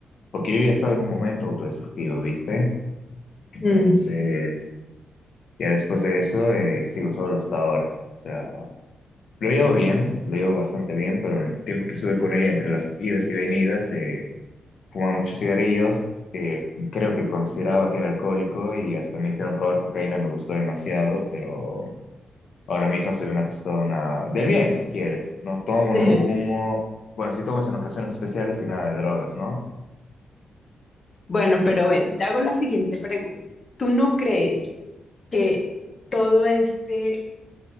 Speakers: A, on the left; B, on the left.
A: porque yo ya estaba en un momento autodestructivo, ¿viste? Entonces,
B: Mm.
A: ya después de eso, eh, sigo solo hasta ahora. O sea, lo llevo bien, lo llevo bastante bien, pero en el tiempo que estuve con ella, entre las idas y venidas, eh, fumaba muchos cigarrillos, eh, creo que consideraba que era alcohólico y hasta me hicieron probar cocaína, me gustó demasiado, pero ahora mismo soy una persona del bien, si quieres. No tomo,
B: <laughs>
A: no fumo, bueno, sí tomo es en ocasiones especiales y nada de drogas, ¿no?
B: Bueno, pero ven, te hago la siguiente pregunta. ¿Tú no crees que todo este